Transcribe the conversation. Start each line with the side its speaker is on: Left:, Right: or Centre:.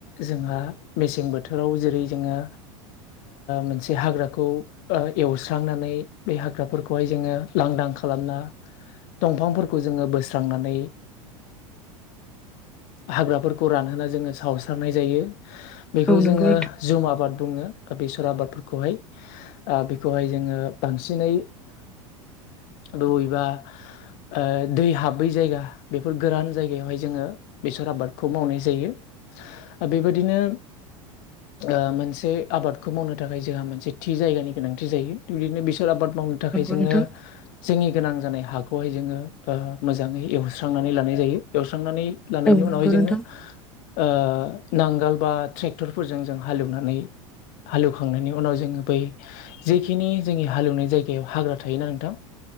Left: जोंहा मेसें बोथोराव जेरै जोङो मोनसे हाग्राखौ एवस्रांनानै बे हाग्राफोरखौ खौहाय जोङो लांदां खालामना दंफांफोरखौ जोङो बोस्रांनानै हाग्राफोरखौ रानहोना जोङो सावस्रारनाय जायो बेखौ
Centre: औ नंगौ
Left: जोङो जुम आबाद बुंङो बेसर आबादफोरखौहाय ओ बेखौहाय जोंङो बांसिनै दुबैबा ओ दै हाबै जायगा बेफोर गोरान जायगायावहाय जोङो बेसर आबादखौ मावनाय जायो। ओ बेबायदिनो ओ मोनसे आबादखौ मावनो थाखाय जोंहा मोनसे थि जायगानि गोनांथि जायो थ' बिदिनो बेसोर आबाद माव थाखाय जोङो
Centre: नोंथां
Left: जोंनि गोनां जानाय हाखौहाय जोङो ओ मोजाङै एवस्रांनानै लानाय जायो एवस्रांनानै लानायनि
Centre: औ नंगौ
Left: उनावहाय
Centre: नोंथां
Left: जोङो ओ नांगोल बा ट्रेक्टरफोरजों जों हालेवनानै हालेवखांनायनि उनाव जोङो बै जेखिनि जोंनि हालेवनाय जायग गायाव हाग्रा थायोना नोंथां?